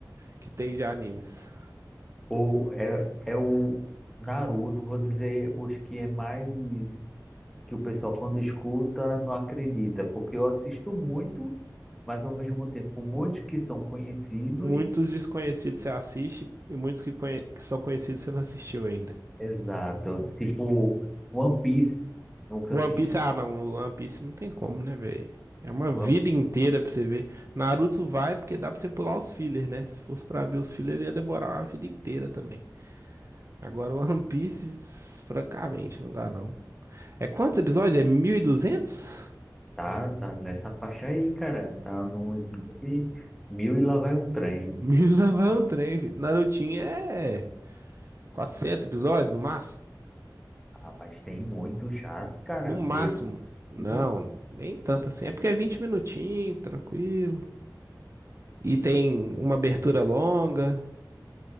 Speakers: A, on the right; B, in the centre.
A: que tem de animes.
B: ou é, é o Naruto, vou dizer, os que é mais que o pessoal quando escuta não acredita, porque eu assisto muito, mas ao mesmo tempo muitos que são conhecidos,
A: Muitos desconhecidos você assiste e muitos que, conhe- que são conhecidos você não assistiu ainda.
B: exato, tipo One Piece, nunca
A: One
B: assisti,
A: Piece, ah não, One Piece não tem como, né, velho? É uma
B: One-
A: vida inteira pra você ver. Naruto vai porque dá pra você pular os fillers, né? Se fosse pra ver os fillers, ia demorar uma vida inteira também. Agora, One Piece, <laughs> francamente, não dá não. É quantos episódios? É 1200?
B: tá, tá nessa faixa aí, cara, tá nos entre mil e lá vai um trem,
A: <laughs> Mil lá vai um trem, filho. Narutinho é 400 episódios no máximo?
B: rapaz, tem muito já, cara,
A: No máximo.
B: meio,
A: Não,
B: possível.
A: nem tanto assim. É porque é 20 minutinhos, tranquilo. E tem uma abertura longa.